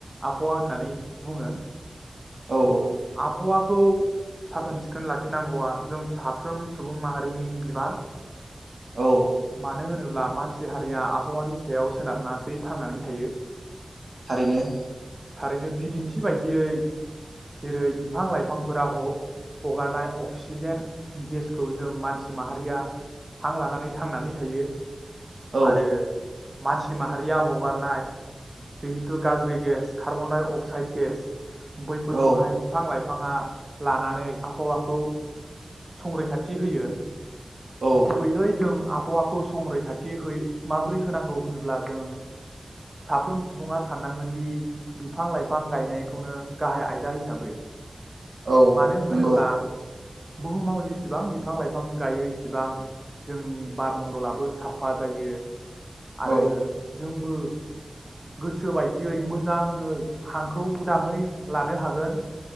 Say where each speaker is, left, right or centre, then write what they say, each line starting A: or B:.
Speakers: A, on the right; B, on the right.
A: आबहावा होननानै बुङो।
B: औ
A: आबहावा खौ साखोन सिखोन लाखिनांगौआ जों साफ्रोम सुबुं माहारिनि बिबान।
B: औ
A: मानो होनो मानसि हारिया आब आबहावानि सायाव सोनारनासै थांनानै थायो।
B: थारैनो।
A: थारैनो बिदिन्थि बायदियै जेरै बिफां लाइफांफोरा ह-हगारनाय अक्सिजेन गेसखौ जों मानसि माहारिया हां लानानै थांनानै थायो।
B: औ
A: आरो मानसि माहारिया हगारनाय जिहेतु गाज्रि gas carbon dioxide gas बैफोरखौहाय
B: औ
A: बिफां लाइ फाङा लानानै आबहावाखौ संरैखाथि होयो।
B: औ
A: गुबैयै जों आबहावाखौ संरैखाथि होयो माबोरै होनांगौ होनोब्ला जों साफ्रोम सुबुङा साननांगोन दि बिफां लाइफां गायनायखौनो गाहाइ आयदा हिसाबै।
B: औ
A: मानो होनोब्ला
B: नंगौ
A: बुहुमाव जेसेबां बिफां लाइफां गायो इसेबां जोंनि बारमन्दलाबो साफा जायो। आरो
B: औ
A: जोंबो गोसो बायदियै मोजाङै हांखौ उदाङै लानो हागोन।